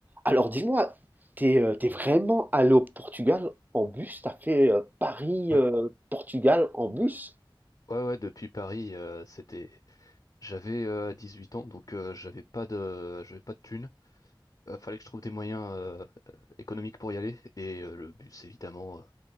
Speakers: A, on the right; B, on the left.
A: Alors dis-moi, t'es, euh, t'es vraiment allé au Portugal en bus? T'as fait euh, Paris,
B: Ouais,
A: euh, Portugal en bus?
B: ouais, ouais, depuis Paris, euh, c'était, j'avais euh, 18 ans, donc euh, j'avais pas de, j'avais pas de thunes. Euh, fallait que je trouve des moyens euh, économiques pour y aller, et euh, le bus, évidemment, euh,